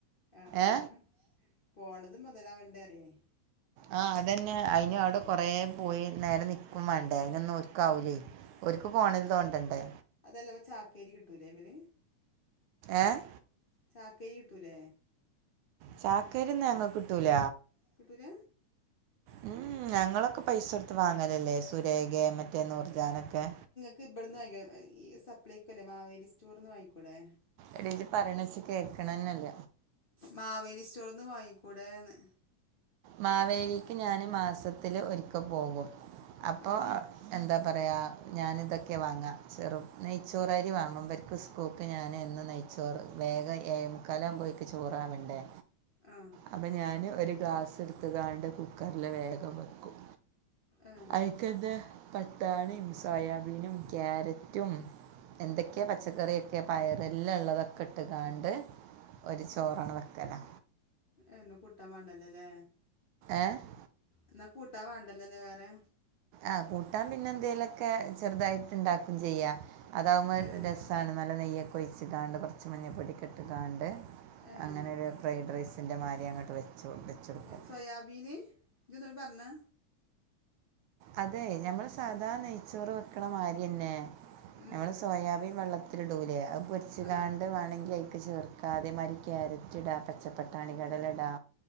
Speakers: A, on the left (about 75°); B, on the right (about 75°).
A: ആഹ്
B: ഏ
A: പോണത് മുതലാവേണ്ട അറിയേ
B: ആഹ് അതന്നെ. അയിന് അവിടെ
A: ഉം
B: കൊറേ പോയി നേരെ നിക്കും വേണ്ടേ, അതിനൊന്നും ഓര് ഓരിക്കാവൂലേ, ഓരിക്ക് ഫോണിൽ തോണ്ടണ്ടേ.
A: അതല്ലപ്പ ചാക്കേരി കിട്ടൂലേ വ്‌ര്
B: ഏഹ്
A: ചാക്കേരി കിട്ടൂലേ?
B: ചാക്കരിന്നും ഞങ്ങക്ക് കിട്ടൂല.
A: കിട്ടൂല?
B: ഉം ഞങ്ങളൊക്കെ പൈസ
A: ഏഹ്
B: കൊടുത്ത് വാങ്ങലല്ലേ സുരേഖേം മറ്റേ നൂർജാനൊക്കെ.
A: ക്ക് ഇബിടുന്ന് വാങ്ങിക്ക ഈ സപ്ലൈക്കോ ഇല്ലേ മാവേലി സ്റ്റോറിൽന്ന് വാങ്ങിക്കൂടെേ?
B: എടത് പറയണ വെച്ച കേൾക്കണന്നല്ല
A: മാവേലി സ്റ്റോർന്ന് വാങ്ങിക്കൂടെന്ന്.
B: മാവേലിക്ക് ഞാൻ മാസത്തില് ഒരിക്ക പോകും. അപ്പോ
A: ആഹ്
B: എന്താ പറയാ, ഞാനിതൊക്കെയാ വാങ്ങക, ചെറു നെയ്ച്ചോറരി വാങ്ങും, പരു ക്രിസ്കോക്ക് ഞാൻ എന്നും നെയ്ച്ചോറ് <unintelligible> ചോറാവണ്ടേ?
A: ആഹ്
B: അപ്പം ഞാൻ ഒരു ഗ്ലാസ് എടുത്തതാണ്ട് കുക്കറില് വേഗം വെക്കും.
A: ഏഹ്
B: അ <unintelligible> പട്ടാണീം സോയാബീനും ക്യാരറ്റും എന്തൊക്കെയാ പച്ചക്കറിയൊക്കെ പയറല്ലാം ഉള്ളതൊക്കെ ഇട്ട് കണ്ട് ഒരു ചോറാണ് വക്കലാ
A: എന്നാ കൂട്ടാൻ വേണ്ടല്ലോല്ലേ?
B: ഏ
A: എന്നാ കൂട്ടാൻ വേണ്ടല്ലല്ലോ വേറെ?
B: ആഹ് കൂട്ടാൻ പിന്നെ എന്തെലൊക്കെ ചെറുതായിട്ട് ഉണ്ടാക്കും ചെയ്യാം, അതാകുമ്പോൾ
A: ഏഹ്
B: രസ താണ് നല്ല നെയ്യൊക്കെ ഒഴിച്ചിട്ടാണ്ട് കുറച്ച് മഞ്ഞൾപ്പൊടെ ഇട്ടി കാണ്ട്
A: ഏഹ്
B: അങ്ങനെരു ഫ്രൈഡ് റൈസിൻ്റെ മാരി അങ്ങോട്ട് വെച്ച് വെച്ചെടുക്കും
A: ഏഹ് സോയാബീന് ഇജ്ജൊന്നൂടി പറഞ്ഞേ.
B: അതെ ഞമ്മള് സാധാ നെയ്ച്ചോറ് വെക്കണ മാരിയന്നെ.
A: ഉം
B: ഞമ്മള് സോയാബീൻ വെള്ളത്തി ത്തിരിടുലേ, അത് പൊരിച്ച
A: ആഹ്
B: കാണ്ട് വേണങ്കി ക്ക് ചേർക്ക, അതേമാതിരി ക്യാരറ്റ് ഇടാ, പച്ചപ്പട്ടാണികടല ഇടാ